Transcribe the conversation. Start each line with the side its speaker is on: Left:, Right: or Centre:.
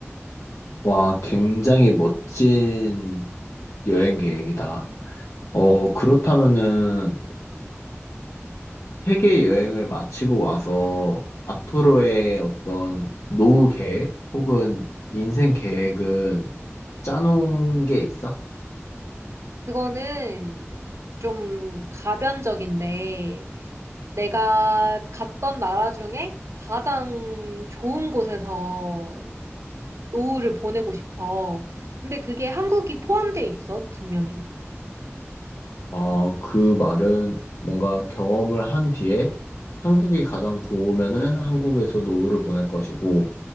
Left: 와, 굉장히 멋진 여행 계획이다. 어, 그렇다면은 세계 여행을 마치고 와서 앞으로의 어떤 노후 계획 혹은 인생 계획은 짜놓은 게 있어?
Right: 그거는 좀 가변적인데 내가 갔던 나라 중에 가장 좋은 곳에서 노후를 보내고 싶어. 근데 그게 한국이 포함돼 있어, 분명히.
Left: 어, 그 말은 뭔가 경험을 한 뒤에 한국이 가장 좋으면은 한국에서 노후를 보낼 것이고,